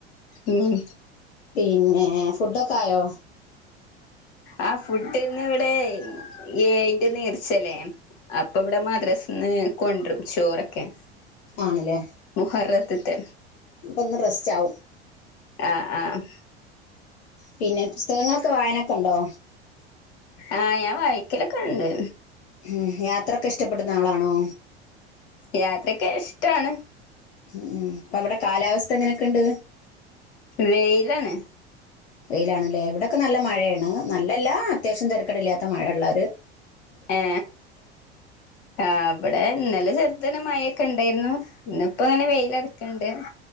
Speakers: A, on the left; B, on the left.
A: ഉം
B: പിന്നെ ഫുഡൊക്കെ ആയോ
A: ആ ഫുഡ്‌ ഇന്ന് ഇവിട നേർച്ചല്ലേ അപ്പൊ ഇവിടെ മദ്രസ്ന്ന് കൊണ്ടരും ചോറൊക്കെ
B: ആണല്ലേ
A: മുഹറത്ത്ത്തെ
B: അപ്പൊ ഇന്ന് റെസ്റ്റ് ആവും
A: ആ ആ
B: പിന്നെ പുസ്തകങ്ങളൊക്കെ വായനൊക്കെ ഉണ്ടോ
A: ആ ഞാൻ വയ്ക്കലൊക്കെ ഉണ്ട്
B: ഉം യാത്രയക്കെ ഇഷ്ടപ്പെടുന്ന ആളാണോ
A: യാത്രക്കെ ഇഷ്ടാണ്
B: ഉം ഉം അപ്പൊ അവിടെ കാലാവസ്ഥ എങ്ങനെക്ണ്ട്
A: വെയിലാണ്
B: വെയിലാണല്ലേ അവിടെ നിക്ക് നല്ല മഴയാണ് നല്ലല്ലാ അത്യാവശ്യം തിരക്കേടില്ലാത്ത മഴയള്ള
A: ഏ അവിടെ ഇന്നലെ ചെർദന മഴേ മഴക്കെ ഉണ്ടായിരുന്നു ഇന്നപ്പോ അങ്ങനെ വെയിലടതിണ്ട്